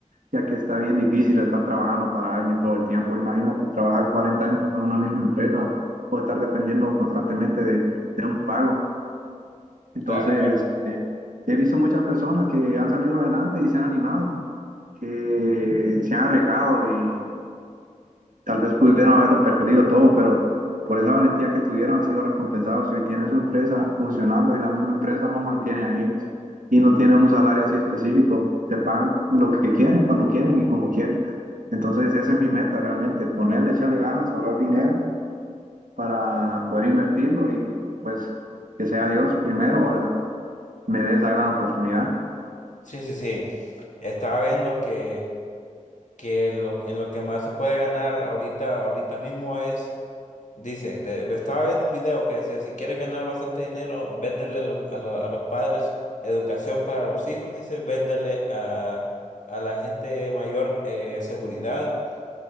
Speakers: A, on the right; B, on the left.
A: ya que está bien difícil estar trabajando para alguien todo el tiempo. Imagínate trabajar 40 años para una misma empresa o estar dependiendo constantemente de, de un pago. Entonces,
B: Claro, claro.
A: he visto muchas personas que han salido adelante y se han animado, que se han arriesgado y, Tal vez pudieron haberlo perdido todo, pero por esa valentía que tuvieron han sido recompensados y hoy tienen su empresa funcionando y la misma empresa los mantiene a ellos y no tienen un salario así específico, se pagan lo que quieren, cuando quieren y como quieren. Entonces esa es mi meta realmente, ponerle, echarle ganas, ahorrar dinero para poder invertirlo y pues que sea Dios primero, ¿verdad? Me dé esa gran oportunidad.
B: Sí, sí, sí. Estaba viendo que, que lo, en lo que más se puede ganar ahorita, ahorita mismo es Dice, de- estaba viendo un video que decía, si quieres ganar bastante dinero, véndele a los, a lo- a los padres educación para los hijos, dice, véndele a, a la gente mayor eh, seguridad